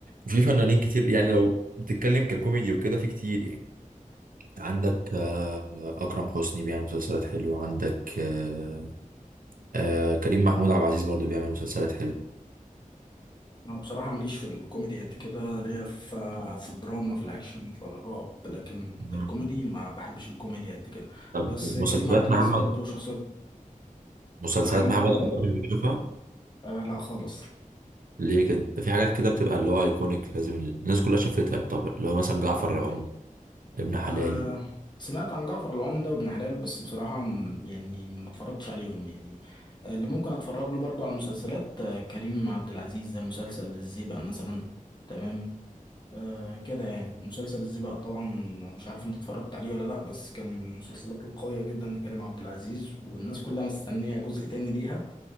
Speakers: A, on the right; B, on the left.
A: في فنانين كتير يعني لو بتتكلم ككوميدي وكده في كتير يعني عندك آه، آه، أكرم حسني بيعمل مسلسلات حلوة عندك آه، آه، كريم محمود عبد العزيز برضه بيعمل مسلسلات
B: انا بصراحه ماليش في الكوميدي قد كده ليا في في الدراما في الاكشن في الرعب لكن
A: حلوة
B: الكوميدي ما بحبش الكوميدي قد كده
A: طب
B: بس
A: مسلسلات
B: كريم عبد العزيز
A: محمد
B: برضو شخصيه
A: مسلسلات
B: محمد
A: محمد
B: رمضان
A: رمضان اللي بنشوفها
B: آه لا خالص
A: ليه كده ده في حاجات كده بتبقى اللي هو ايكونيك لازم الناس كلها شافتها يعتبر اللي هو مثلا جعفر
B: آه
A: العمدة ابن حلال
B: آه سمعت عن جعفر العمده وابن حلال بس بصراحه م- يعني ما اتفرجتش عليهم يعني آه، اللي ممكن اتفرج له برضو على مسلسلات آه، كريم عبد العزيز زي مسلسل الزيبق مثلا تمام آه كده يعني مسلسل الزيبق طبعا مش عارف انت اتفرجت عليه ولا لا بس كان من المسلسلات القوية جدا لكريم عبد العزيز والناس كلها مستنية جزء تاني ليها